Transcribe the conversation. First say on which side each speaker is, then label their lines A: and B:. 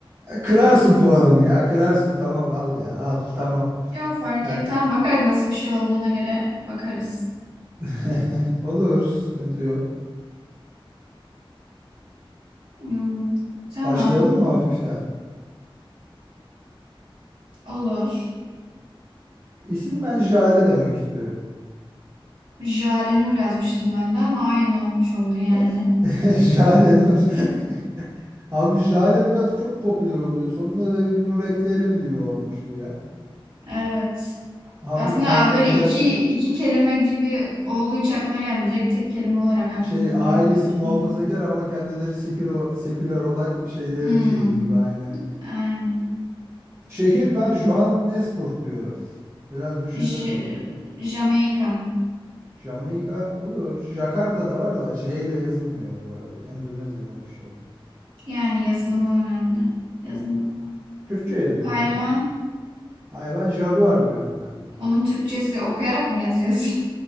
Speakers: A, on the right; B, on the right.
A: kırarsın puanımı ya. Kırarsın tamam al ya. Al tamam.
B: Ya fark
A: Yani-
B: et. Tamam bakarız nasıl bir şey olduğuna göre bakarız.
A: <laughs> Olur sıkıntı yok.
B: Hmm, tamam
A: Başlayalım mı hafiften?
B: olur.
A: İsim ben Jale demek istiyorum.
B: Jale Nur yazmıştım ben de ama aynı olmuş oldu yani.
A: E, <laughs> Jale Nur. <laughs> Abi Jale biraz çok popüler oluyor. Sonuna da bir Nur ekleyelim gibi olmuş bu ya.
B: Evet.
A: Hafif
B: Aslında
A: muhafazakar
B: böyle iki, iki kelime gibi olduğu hiç aklıma gelmedi. Direkt tek kelime olarak aklımda
A: şey ailesi
B: öyle düşündüm.
A: muhafazakar ama kendileri seküler, seküler olan şeylerin
B: Hmm,
A: şeyi gibi aynı.
B: aynen.
A: Şehir ben Johannesburg diyorum. Biraz düşündüm
B: J
A: bunu.
B: Jamaika.
A: Jamaika olur. Jakarta da var da J ile yazılmıyor bu arada. Endonezya'nın bir şey.
B: Yani yazılımı önemli. Yazılımı.
A: Türkçe yazıyoruz
B: Hayvan.
A: ama. Hayır ben Jaguar diyorum ben.
B: Onun Türkçesi okuyarak mı yazıyorsun?